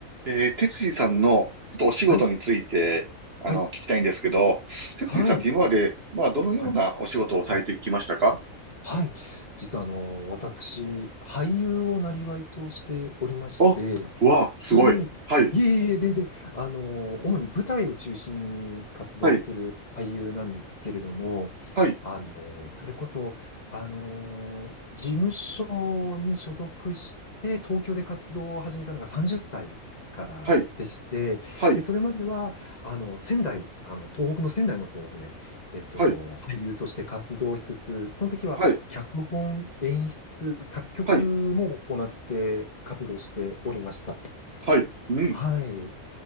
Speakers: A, on the right; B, on the left.
A: えー、哲司さんのちょっとお仕事について、
B: はい、
A: あの、
B: はい、
A: 聞きたいんですけど、哲司さんって今まで、
B: はい、
A: まあ、どのようなお仕事をされてきましたか
B: はい、はい。はい。実はあの、私、俳優をなりわいとしておりまして、
A: あ、わあ、すごい。
B: はい。
A: はい、
B: いえいえ、全然、あの、主に舞台を中心に活動する俳優なんですけれども、
A: はい、はい、
B: あの、それこそ、あの、事務所に所属して、東京で活動を始めたのが30歳からでして、
A: はい、はい、
B: で、それまでは、あの、仙台、あの、東北の仙台の方で、えっと、
A: はい、
B: 俳優として活動しつつ、その時は、
A: はい、
B: 脚本、演出、作曲も行って活動しておりました。
A: はい、はい、うん。
B: はい。